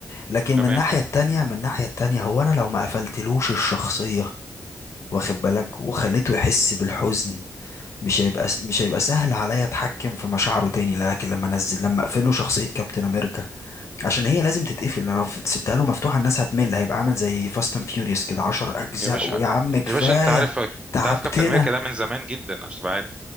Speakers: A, on the left (about 50°); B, on the right (about 20°).
A: لكن
B: تمام
A: من الناحية التانية من الناحية التانية هو انا لو ما قفلتلوش الشخصية واخد بالك وخليته يحس بالحزن مش هيبقى
B: مم.
A: مش هيبقى سهل عليا اتحكم في مشاعره تاني لكن لما انزل لما اقفله شخصية كابتن امريكا عشان هي لازم تتقفل لو سبتها له مفتوحه الناس هتمل هيبقى عامل زي فاست اند فيوريوس كده 10 اجزاء
B: يا باشا
A: ويا عم كفايه
B: يا باشا انت عارف
A: تعبتنا
B: انت عارف كابتن امريكا ده من زمان جدا عشان تبقى عارف